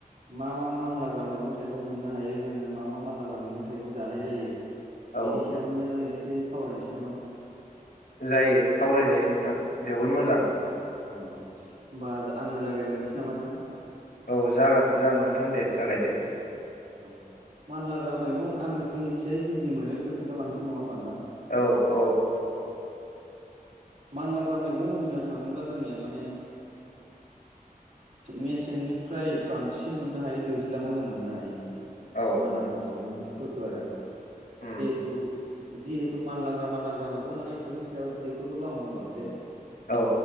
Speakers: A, on the right; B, on the left.
A: मा मा मानलाग्रा मैगं थाइगं मोननो हायो जोङो मा मा मानलाग्रा मैगं थाइगं जानाय जायो
B: औ
A: बिनि सायावनो एसे सावरायनोसै नामा नोंथां
B: जायो सावरायजायो नोंथां जोबोद मोजां
A: औ औ होमबा आंनो जागायग्रोसै नामा नोंथां
B: औ जागोन जागोन नोंथां दे जागायदे
A: औ मानलाग्रा मैगं आंनिथियाय जि जि मोनो बेखौ खोन्थालांनोसै नङा होमबा नोंथां
B: औ औ
A: मानलाग्रा मैगं होननो थाङोब्ला जोंनिया माने मेसेंनिफ्राय बांसिन मोननो हायो दैज्लाङाव जों मोननो हायो
B: औ
A: मानला गोनां मैगंफोरखौ आरो
B: उम
A: जिहेथु जिहेथु मानलाग्रा मानलाग्रा मैगं माने बेफोरनि सायाव बेफोरखौल' आं बुंलांसै
B: औ